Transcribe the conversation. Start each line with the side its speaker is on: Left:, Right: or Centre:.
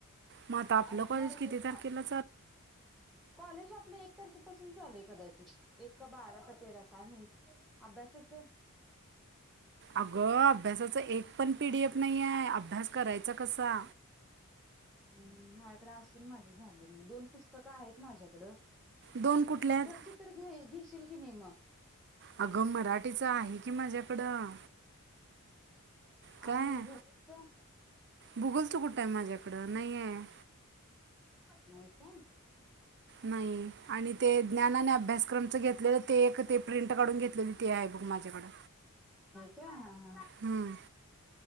Right: मग आता आपलं
Centre: असणार
Right: कॉलेज किती
Centre: ते
Right: तारखेला
Centre: चालू कॉलेज आपलं एक तारखे पासून चालू हाय कदाचित एक का बारा काय तेरा काय माहित अभ्यासचं
Right: अगं अभ्यासाचं एक पण पीडीएफ नाही हाय अभ्यास करायचा कसा?
Centre: हम् माझ्याकडे असून माझं झालं नाही दोन पुस्तकं आहेत माझ्याकडं
Right: दोन कुठल्या
Centre: मेथडची
Right: आहेत
Centre: तर घे घेशील की नाहीे मग
Right: अगं मराठीच आहे की माझ्याकडं काय
Centre: आणि भूगोलच
Right: भुगोलचं कुठं आहे माझ्याकड ईकड नाही आहे.
Centre: नाही काय?
Right: नाही आणि ते ज्ञान आणि अभ्यासक्रमच घेतलेलं ते एक ते प्रिंट काढून घेतलेली ते आहे बघं माझ्याकडं
Centre: क्यां
Right: हम्